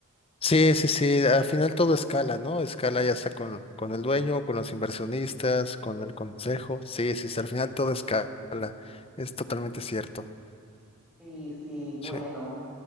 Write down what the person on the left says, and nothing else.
Sí, sí, sí, al final todo escala, ¿no? Escala ya sea con, con el dueño, con los inversionistas, con el consejo. Sí, sí, sí, al final todo escala, es totalmente cierto.
Sí.